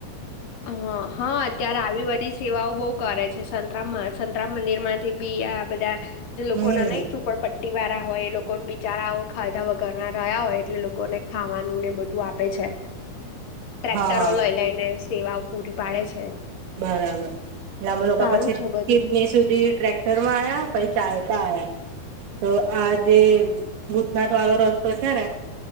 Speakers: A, on the left (about 65°); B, on the right (about 80°).
A: હા હા અત્યારે બધી સેવાઓ ઉ કરે છે, સરામ સંતરામ મંદિર માંથી બી આ બધા જે લોકો
B: હમ
A: ના નહી ચુપડ પ વાળા હોય એ લોકો બિચારા ખાધા વગર ના રહ્યા હોય એટલે લોકોને ખાવાનું ને બધું આપે છે, ટ્રેક્ટરો
B: હા
A: લઈ લઈને સેવાઓ પૂરી પાડે છે,
B: બરાબર ગામ લોકો
A: સારું
B: પછી
A: છે બધું
B: કીડની સુધી ટ્ર ટરમાં આયા પહી ચાલતા આયા તો આ જે ભૂતનાથ વાળો રસ્તો છે, ને